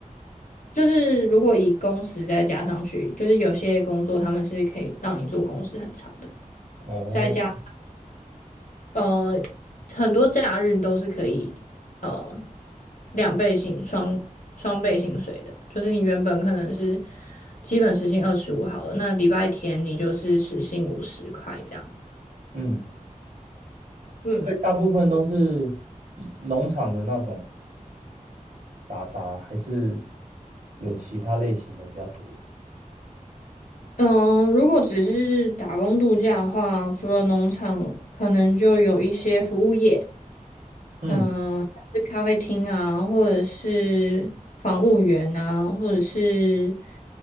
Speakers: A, on the left; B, on the right.
A: 就是如果以工时再加上去，就是有些工作他们是可以让你做工时很长的，
B: 哦，
A: 再加呃很多假日都是可以呃两倍薪双双倍薪水的，就是你原本可能是基本时薪二十五好了，那礼拜天你就是时薪五十块这样，
B: 嗯，
A: 嗯。
B: 所以大部分都是农场的那种打杂，还是有其他类型的比较多。
A: 嗯，如果只是打工度假的话，除了农场，可能就有一些服务业，
B: 嗯，
A: 嗯，像是咖啡厅啊，或者是房务员啊，或者是